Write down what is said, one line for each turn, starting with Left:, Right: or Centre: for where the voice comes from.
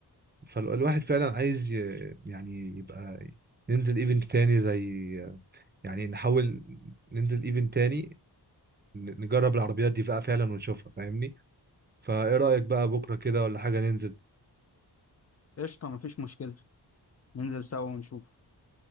Right: فالواحد فعلا عايز ي... يعني يبقى ننزل ايفنت تاني زي يعني نحاول ننزل ايفنت تاني ن- نجرب العربيات دي بقى فعلا ونشوفها فاهمني فايه رأيك بقى بكرة كده ولا حاجة ننزل
Left: قشطة مفيش مشكلة ننزل سوا ونشوف